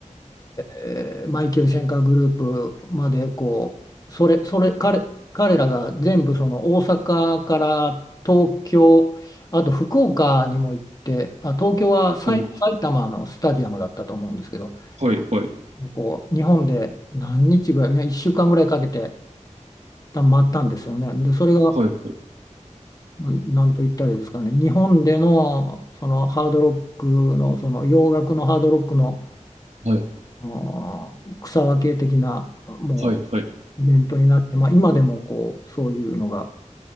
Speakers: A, on the left; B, on the right.
A: えーマイケル・シェンカーグループまでこうそれそれ彼、彼らが全部その大阪から東京あと福岡にも行ってあ東京は埼、
B: はい。
A: 埼玉のスタジアムだったと思うんですけど
B: はい。はい。
A: こう日本で何日ぐらい、ね、1週間ぐらいかけて多分回ったんですよね。でそれが
B: はい。
A: うんなんと言ったらいいですかね日本での、そのハードロックの、その洋楽のハードロックの
B: はい。
A: あー草分け的なも
B: はい。はい。
A: イベントになって、まあ、今でもこうそういうのが